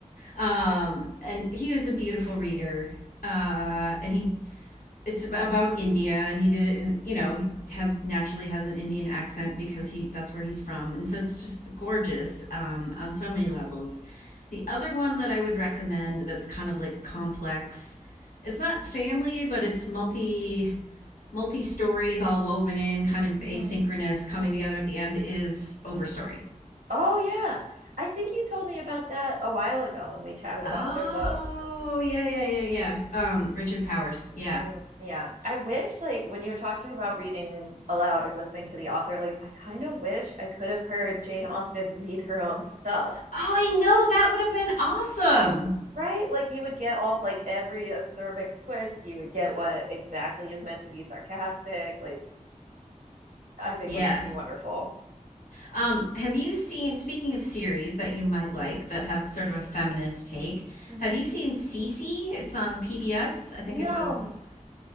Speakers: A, on the left; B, on the right.
A: Um, and he was a beautiful reader. Uh, and he it's about India and he did it in you know he has naturally has an Indian accent because he that's where he's from and so it's just gorgeous um, on so many levels. The other one that I would recommend that's kind of like complex, it's not family but it's multi multi stories all woven in, kind of
B: hmm
A: asynchronous coming together at the end is Overstory.
B: Oh, yeah. I think you told me about that a while ago when we chatted about
A: Oh
B: other books.
A: yeah yeah yeah yeah. Um, Richard Powers yeah.
B: Mm, yeah. I wish, like, when you were talking about reading aloud or listening to the author, like, I kind of wish I could have heard Jane Austen read her own stuff
A: Oh I know that would have been awesome.
B: right? Like you would get all like every acerbic twist, you would get what exactly is meant to be sarcastic. Like I think
A: Yeah,
B: it would just be wonderful.
A: Um, have you seen, speaking of series that you might like that have sort of a feminist take,
B: hmm
A: have you seen Cece? It's on PBS. I think
B: No.
A: it was,